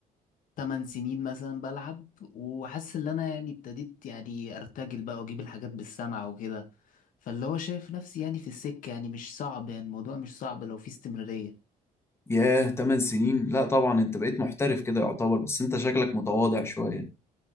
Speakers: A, on the left; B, on the left.
A: 8 سنين مثلا بلعب وحاسس ان انا يعني ابتديت يعني ارتجل بقى واجيب الحاجات بالسمع وكده فاللي هو شايف نفسي يعني في السكة يعني مش صعب يعني الموضوع مش صعب لو في استمرارية
B: ياه 8 سنين لا طبعا انت بقيت محترف كده يعتبر بس انت شكلك متواضع شوية